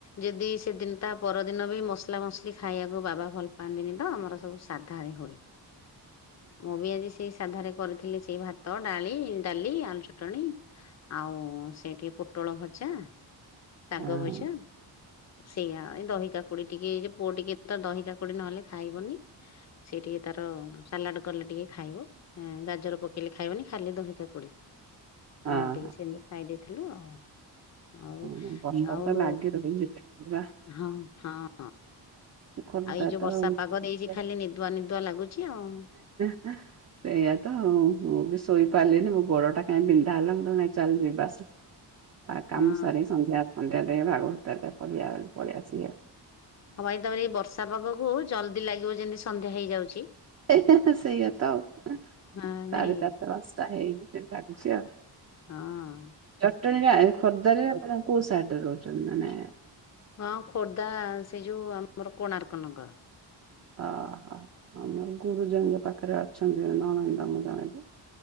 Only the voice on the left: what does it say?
ଯଦି ସେଦିନ ତା ପରଦିନ ବି ମସଲା ମସଲି ଖାଇବାକୁ ବାବା ଭଲ ପାଆନ୍ତିନି ତ ଆମର ସବୁ ସାଧାଏ ହୁଏ। <inaudible> ମୁଁ ବି ଆଜି ସେ ସାଧାରେ କରିଥିଲି ସେଇ ଭାତ, ଡାଳି, ଡାଲି, ଆଳୁ ଚଟଣି। ଆଉ ସେଇଟି ପୋଟଳ ଭଜା, ଶାଗ
ଭଜା। ସେଇଆ ଏଇ ଦହି କାକୁଡି ଟିକେ ପୁଅ ଟିକେ ତ ଦହି କାକୁଡି ନହେଲେ ଖାଇବନି। ସେ ଟିକେ ତାର ସାଲାଡ କଲେ ଟିକେ ଖାଇବ ଗାଜର ପକେଇଲେ ଖାଇବନି ଖାଲି ଦହି କାକୁଡ଼ି।
ଆମର ଟିକେ ସେମିତି ଖାଇ ଦେଇଥିଲୁ ଆଉ। ଅଉ
ଆଉ
ହଁ ହଁ।
ଆଉ ଏଇ ଯୋଉ
ବର୍ଷା ପାଗ ଦେଇଛି ଖାଲି ନିଦୁଆ ନିଦୁଆ ଲାଗୁଛି ଆଉ।
ହଁ।
ହଁ ବାଇଦବରେ ଏଇ ବର୍ଷା ପାଗକୁ ଜଲଦି ଲାଗିବ ଯେମିତି ସନ୍ଧ୍ୟା ହେଇଯାଉଛି।
ହଁ ନାହିଁ।
ହଁ।
ହଁ ଖୋର୍ଦ୍ଧା ସେ ଯୋଉ ଆମର କୋଣାର୍କ ନଗର।